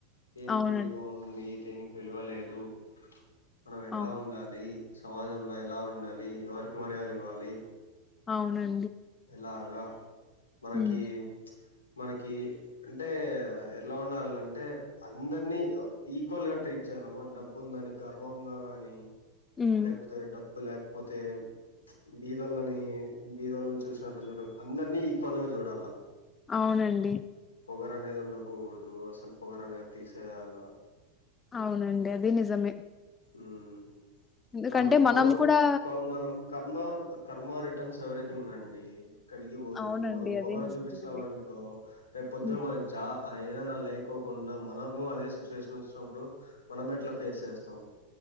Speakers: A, on the left (about 70°); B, on the left (about 20°).
A: దేనికి
B: అవునండి.
A: విలువ ఉంది దేనీకి విలువలేదు మనం ఎట్లా
B: అవును.
A: ఉండాలి సమాజంలో ఎలా ఉండాలి ఎవరికి మర్యాదివ్వాలి
B: అవునండి
A: ఏలాగ మనకీ
B: హ్మ్.
A: మనకి అంటే ఎట్లా ఉండాలంటే అందరినీ ఈక్వల్ గా ట్రీట్ చేయాల మనకి డబ్బు ఉందని గర్వంగా గానీ
B: హ్మ్.
A: లేకపోతే డబ్ డబ్బు లేకపోతే బీదోళ్లని బిధోల్న్ చూస్ చూసినట్లు సుడు అందరినీ ఈక్వల్ గా చూడాల్ల
B: అవునండీ
A: పొగరు అనేది ఉండకకూడదు అసలు పొగరు అనేది తీసేయాల
B: అవునండి అది నిజమే
A: ఉమ్
B: ఎందుకంటే
A: మనం పవ
B: కూడా
A: మనం కర్మ కర్మ రిటర్న్స్ ఎవరైతే ఇంగండి ఎక్కడిగి పోదు
B: అవునండి
A: ఇప్పుడు మనం
B: అదే
A: పొగరు
B: నిజమేనండి
A: చూపిచ్చినాం అనుకో రేపు పొద్దున
B: హ్మ్.
A: మనకి చ ఆ ఏదనా లేకోకుండా మనము అదే సిచ్యువేషన్ వచ్చినప్పుడు మనం ఎట్లా ఫేస్ చేస్తాం